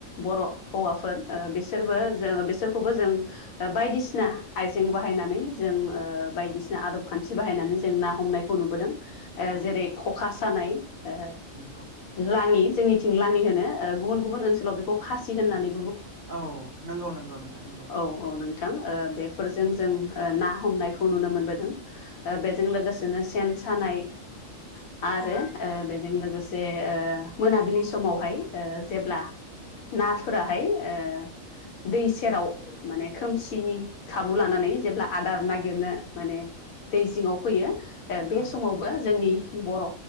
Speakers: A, on the left; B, on the right.
A: बर' हौवाफोर ओ बिसोरबो जों बिसोरखौबो जों ओ बायदिसिना आइजें बाहायनानै जों ओ बायदिसिना आदब खान्थि बाहायनानै जों ना हमनायखौ नुबोदों। ए
B: औ
A: जेरै खखा सानाय ओ
B: नंगौ
A: लाङि जोंनिथिं लाङि होनो। ओ गुबुन गुबुन ओनसोलाव बेखौ फासि होननानै
B: औ नोंगौ नोंगौ नोंथां नोंगौ।
A: औ औ नोंथां ओ बेफोरजों जों ओ ना हमनायखौ नुनो मोनबोदों। बेजों लोगोस दोनो सेन सानाय आरो ओ बेजों लोगोसे ओ मोनाबिलि समावहाय ओ जेब्ला नाथुराहाय ओ दै सेराव माने खोमसिनि खाबु लानानै जेब्ला आदार नागिरनो माने दै जिंआव फैयो। ओ बे
B: औ
A: समाव बो जोंनि बर'